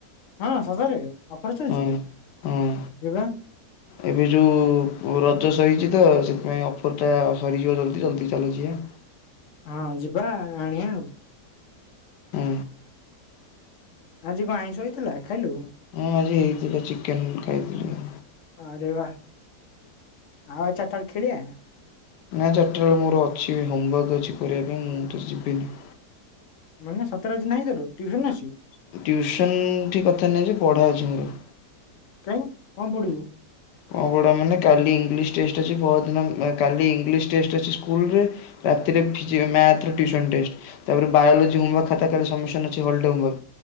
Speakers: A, on the left (about 55°); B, on the left (about 85°).
A: ହଁ ସତରେ ଅଫର ଚାଲିଛି
B: ହଁ
A: କି
B: ହଁ।
A: ଯିବା।
B: ଏବେ ଯେଉ ରଜ ସହିଛି ତ ସେଥିପାଇଁ ଅଫର ଟା ସରିଯିବ ଜଲ୍ଦି ଜଲ୍ଦି ଚାଲ ଯିଆ।
A: ହଁ ଯିବା ଆଣିବା ଆଉ।
B: ହୁଁ।
A: ଆଜି କଣ ଆଇଁଷ ହେଇଥିଲା ଖାଇଲୁ।
B: ହଁ ଆଜି ହେଇଥିଲା ଚିକେନ ଖାଇଥିଲି।
A: ଅରେ ବା ଆଉ ଆଛା ତାଲେ ଖେଳିଆ।
B: ନା ଚାରିଟା ବେଳେ ମୋର ଅଛି ହୋମୱାର୍କ ଅଛି କରିବା ପାଇଁ ମୁଁ ତ ଯିବିନି।
A: ମାନେ ନା ସାତରେ ଆଜି ନାଇଁ ତର ଟିୁସନ ଆସିବୁ।
B: ଟିଉସନ ଠି କଥା ନାହିଁ ଯେ ପଢ଼ା ଅଛି ମୋର।
A: କାଇଁ କଣ ପଡ଼ିବୁ।
B: କଣ ପଢ଼ିବି ମାନେ କାଲି ଇଂଲିଶ ଟେଷ୍ଟ ଅଛି ପହରଦିନ କାଲି ଇଂଲିଶ ଟେଷ୍ଟ ଅଛି ସ୍କୁଲରେ। ରାତିରେ ଫି ମ୍ୟାଥ ଟିଉସନ ଟେଷ୍ଟ। ତାପରେ ବୋଓଲଜୀ ହୋମୱାକ ଖାତା ସମ୍ମିଶନ ହୋଲ୍ଡମ୍ୱର।